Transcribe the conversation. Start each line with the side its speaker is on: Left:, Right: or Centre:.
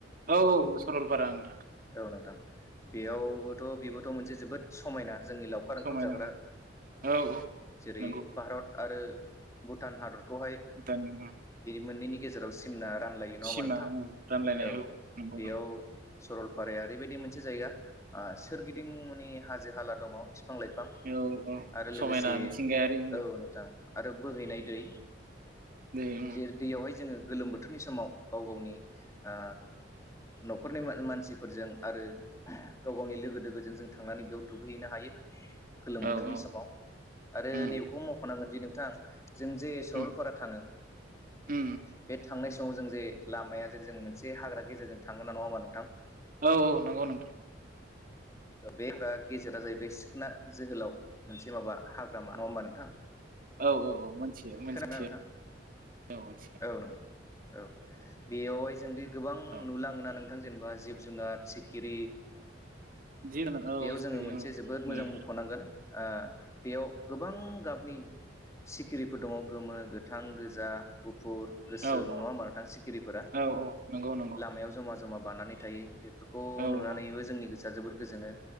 Right: औ औ सलपारा आं
Left: औ नोंथां बेयावबोथ' बेबोथ' मोनसे जोबोद समायना जोंनि लावखार ओंखाम
Right: समायना
Left: जाग्रा
Right: औ औ
Left: जेरै
Right: नंगौ
Left: भारत आरो भुटान हादर ओ
Right: दानि
Left: मोननैनि गेजेराव सिमना रानलायो नङा
Right: सिमा
Left: होमबा नोंथां
Right: उम रानलायनाय
Left: औ
Right: नंगौ
Left: बेयाव सरलपाराया ओरैबायदि मोनसे जायगा आ सोरगिदिं माने हाजो हाला दङ। बिफां-लाइफां
Right: नंगौ औ
Left: आरो लोगोसे
Right: समायना मिथिंगायारि उम
Left: औ नोंथां आरो बोहैनाय दै
Right: दे उम
Left: जे दैयावहाय जोङो गोलोम बोथोरनि समाव गाव गावनि आ न'खरनि मा-मान सिफोरजों आरो गाव गावनि लोगो दोगोजों जों थांनानै बेयाव दुगैहैनो हायो। गोलोम
Right: औ
Left: बोथोरनि
Right: औ
Left: समाव आरो
Right: उम
Left: नैबेखौ मख'नांगोन दि नोंथां जों जे सरलपारा
Right: उम
Left: थाङो
Right: उम
Left: बे थांनाय समाव जों जे लामाया जे जों मोनसे हाग्रा गेजेरजों थांनो ना नङा होमबा नोंथां
Right: औ औ नंगौ नोंथां
Left: बे हाग्रा गेजेरा जाहैबाय सिखोन जोहोलाव मोनसे माबा हाग्रामा नङा होमबा नोंथां।
Right: औ औ औ मोनथियो मोनथियो
Left: खोनादोंना नोंथां
Right: औ मोनथियो
Left: औ नोंथां औ बेयावहाय जोंदि गोबां
Right: औ
Left: नुलाङोना नों थां जेनेबा जिब-जुनार सिखिरि
Right: जिब जुनार औ
Left: बेयाव
Right: जेरै
Left: जोङो मोनसे
Right: ओं
Left: जोबोद
Right: नुयो
Left: मोजां मख'नांगोन ओ बेयाव गोबां गाबनि सिखिरिफोर दङ गोमो, गोथां, गोजा, गु फुर, गोसोम
Right: औ औ
Left: नङा होमबा नोंथां सिखिरिफोरा
Right: औ औ नंगौ नंगौ
Left: लामायाव जमा जमा बानानै थायो। बेफोरखौ
Right: औ
Left: नुनानैबो
Right: औ
Left: जोंनि गोसोआ जोबोर गोजोनो